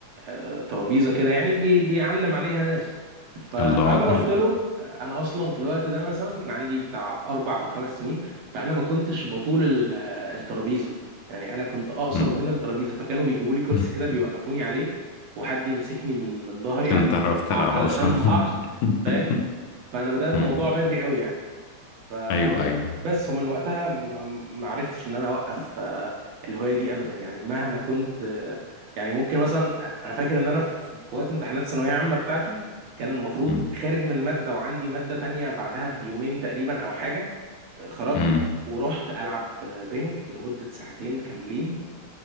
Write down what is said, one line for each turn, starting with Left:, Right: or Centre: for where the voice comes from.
Right: آه ترابيزة كده يعني بي... بيعلم عليها ناس ف... فانا
Left: الله
Right: رحت له آه، انا اصلا في الوقت ده مثلا كان عندي بتاع اربع او خمس سنين فانا ما كنتش بطول ال... آه، الترابيزة يعني انا كنت اقصر
Left: مم.
Right: من الترابيزة فكانوا بيجيبوا لي كرسي
Left: <laughs>
Right: كده بيوقفوني عليه وحد يمسكني من من ظهري
Left: عشان
Right: علشان
Left: تعرف تلعب
Right: ع- علشان
Left: اصلا
Right: ما اقعش
Left: <laughs>
Right: فاهم فانا بدات
Left: مم.
Right: الموضوع بدري قوي يعني ف
Left: ايوه ايوه
Right: بس ومن وقتها ما ما عرفتش ان انا اوقف آه، الهوايه دي ابدا يعني مهما كنت آه، يعني ممكن مثلا انا فاكر ان انا في في وقت امتحانات الثانويه العامه بتاعتي كان المفروض
Left: مم.
Right: خارج من ماده وعندي ماده تانية بعدها بيومين تقريبا او حاجه آه، خرجت
Left: مم.
Right: ورحت العب آه، بينج لمده ساعتين كاملين